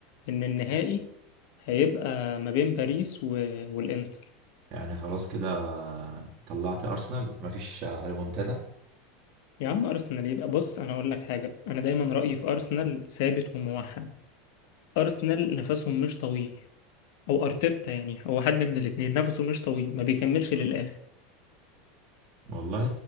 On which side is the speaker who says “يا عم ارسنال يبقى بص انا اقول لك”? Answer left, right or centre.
Left